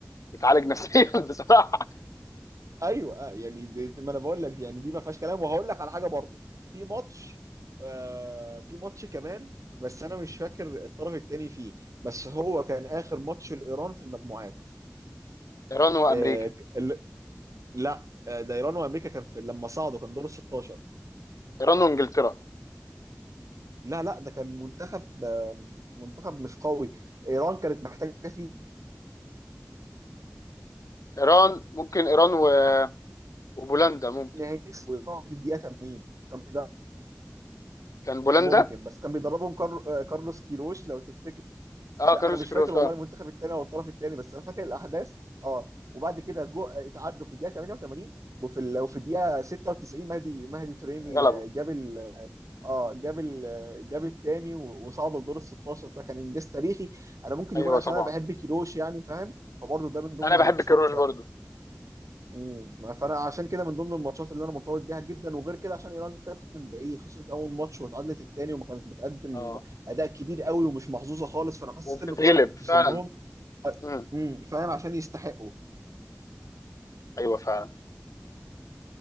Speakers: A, on the left; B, on the right.
A: يتعالج نفسيا <laughs> بصراحه
B: ايوه آه، يعني دي دي- ما انا بقول لك يعني دي ما فيهاش كلام وهقول لك على حاجه برضه في ماتش آه في ماتش كمان بس انا مش فاكر الطرف الثاني فيه بس هو كان اخر ماتش لايران في المجموعات
A: ايران وامريكا
B: آه ك- ال- لا آه، ده ايران وامريكا كان في لما صعدوا كان دور ال 16
A: ايران وانجلترا
B: لا لا ده كان منتخب آه، منتخب مش قوي ايران كانت محتاجه فيه
A: ايران ممكن ايران و- وبولندا ممكن
B: ان هيكسب ويقع في الدقيقه 80 كان بيدرب
A: كان بولندا
B: ممكن بس كان بيدربهم كار... آه، كارلوس كيروش لو تفتكر
A: اه
B: لا
A: كارلوس
B: انا مش
A: كيروش
B: فاكر والله
A: اه
B: المنتخب الثاني او الطرف الثاني بس انا فاكر الاحداث اه وبعد كده جو آه، اتعادلوا في الدقيقه 88 وفي ال... وفي الدقيقه 96 مهدي مهدي تريمي
A: غلبه
B: آه، جاب ال... اه آه، جاب ال... آه، جاب الثاني و... وصعد لدور ال 16 ده كان انجاز تاريخي انا ممكن
A: ايوه
B: يكون عشان
A: طبعا
B: انا بحب كيروش يعني فاهم فبرضه ده من ضمن
A: انا
B: الماتشات
A: بحب كيروش برضو
B: مم. ما- فانا عشان كده من ضمن الماتشات اللي انا مرتبط بيها جدا وغير كده عشان ايران كانت من بعيد خسرت اول ماتش واتعادلت التاني وما كانت بتقدم
A: اه
B: اداء كبير قوي ومش محظوظه خالص فانا حسيت
A: وبتتغلب
B: ان الكوره بتكتسب
A: فعلا
B: لهم
A: مم.
B: امم فاهم عشان يستحقوا
A: ايوه فعلا